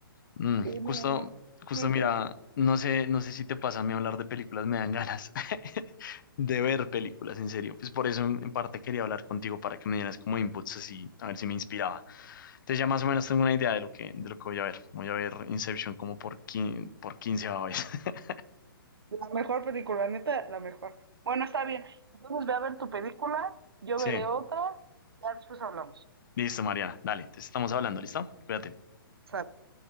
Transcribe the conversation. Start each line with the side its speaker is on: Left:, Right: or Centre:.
Left: Mm,
Right: sí, no,
Left: justo,
Right: no,
Left: justo
Right: no entendí.
Left: mira, no sé, no sé si te pasa a mí hablar de películas, me dan ganas <laughs> de ver películas, en serio. Pues por eso en en parte quería hablar contigo para que me dieras como inputs así, a ver si me inspiraba. Entonces ya más o menos tengo una idea de lo que, de lo que voy a ver. Voy a ver Inception como por quin, por quince, vez. <laughs>
Right: La mejor película, neta, la mejor. Bueno, está bien. Entonces ve a ver tu película, yo
Left: Sí,
Right: veré otra y ya después hablamos.
Left: listo, Mariana. Dale, te estamos hablando, ¿listo? Cuídate.
Right: Sale.